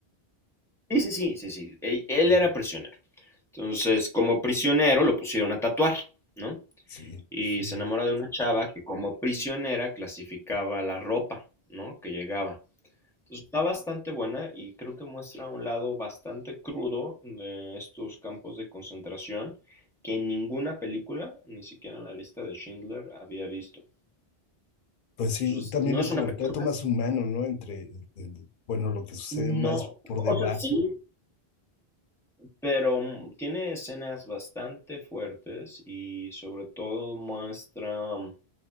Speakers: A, in the centre; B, on the left.
A: Sí, sí, sí, sí, sí, él él
B: Ah,
A: era prisionero. Entonces, como prisionero lo pusieron a tatuar, ¿no?
B: sí.
A: Y
B: sí.
A: se enamora de una chava que como prisionera clasificaba la ropa, ¿no? Que llegaba. Entonces, está bastante buena y creo que muestra un lado bastante crudo de estos campos de concentración que en ninguna película, ni siquiera en la lista de Schindler, había visto.
B: Pues sí,
A: Entonces,
B: también
A: no
B: el,
A: es
B: como
A: una
B: el
A: película,
B: trato más humano, ¿no? Entre, el- el- bueno, lo que sucede
A: no,
B: más
A: o
B: por debajo.
A: sea, sí, pero mm, tiene escenas bastante fuertes y sobre todo muestra mm,